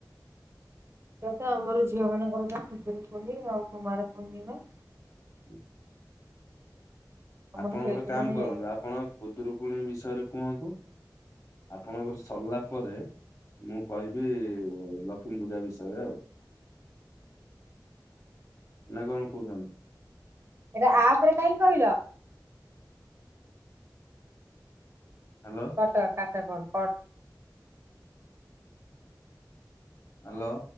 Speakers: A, on the right; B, on the left.
A: ପୂଜା ତ ଆମର ଝିଅ ମାନଙ୍କର ତ ଖୁଦୁରୁକୁଣୀ ଆଉ କୁମାର ପୂର୍ଣ୍ଣିମା।
B: <inaudible>
A: ଆମର
B: ଆପଣ
A: ସେଇଠି
B: ଗୋଟେ କାମ
A: ମାନେ
B: କରନ୍ତୁ
A: ଏଇଟା
B: ଆପଣ ଖୁଦୁରୁକୁଣୀ ବିଷୟରେ କୁହନ୍ତୁ। ଆପଣଙ୍କର ସରିଲା ପରେ ମୁଁ କହିବି ଲକ୍ଷ୍ମୀ ପୂଜା ବିଷୟରେ ଆଉ। ନା କଣ କହୁଛନ୍ତି?
A: ଏଟା ଆପ ରେ କାହିଁ କି କହିଲ?
B: ହ୍ୟାଲୋ।
A: କାଟ କାଟ କଲ୍ କଟ୍।
B: ହ୍ୟାଲୋ।